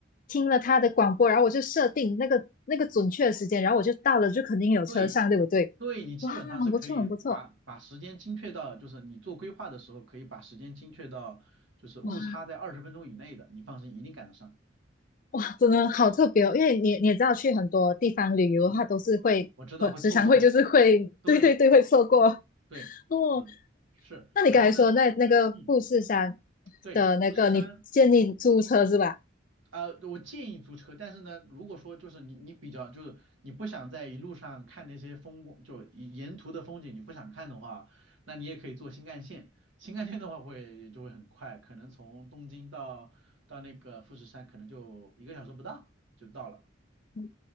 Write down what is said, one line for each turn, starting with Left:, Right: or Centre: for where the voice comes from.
Left: 听了他的广播，然后我就设定那个那个准确的时间，然后我就到了，就肯定有车上，
Right: 对，
Left: 对不对？
Right: 对，你基本上是可以把把时间精确到，
Left: 哇，很不错，很不错，
Right: 就是你做规划的时候可以把时间精确到，就是误差在二十分钟以内的，
Left: 哇
Right: 你放心，一定赶得上。
Left: 哇，真的好特别哦，因为你你也知道，去很多地方旅游的话，
Right: 嗯，
Left: 都是会和时常会就是会，
Right: 我知道会错过嘛。对
Left: 对对对，会错过 <laughs>
Right: 对，
Left: 哦。
Right: 嗯，是。
Left: 那你刚才说那那个富士山
Right: 然后呢，嗯，对，
Left: 的那个，
Right: 富士山。
Left: 你建议租车是吧？
Right: 呃，我建议租车，但是呢，如果说就是你你比较就是你不想在一路上看那些风光，就沿沿途的风景你不想看的话，那你也可以坐新干线。新干线的话会就会很快，可能从东京到到那个富士山可能就一个小时不到就到了。
Left: 哦，